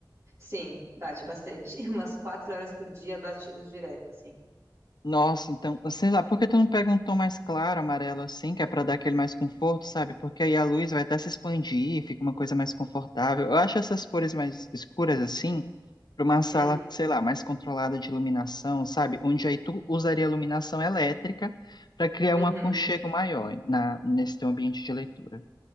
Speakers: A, on the right; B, on the left.
A: Sim, bate bastante. <laughs> Umas quatro horas por dia bate luz direta, assim.
B: Nossa, então, sei lá, por que tu não pega um tom mais claro, amarelo, assim, que é pra dar aquele mais conforto, sabe? Porque aí a luz vai até se expandir, fica uma coisa mais confortável. Eu acho essas cores mais escuras, assim, pra uma sala,
A: Hum.
B: sei lá, mais controlada de iluminação, sabe? Onde aí tu usaria iluminação elétrica pra criar
A: Uhum.
B: um aconchego maior na, nesse teu ambiente de leitura.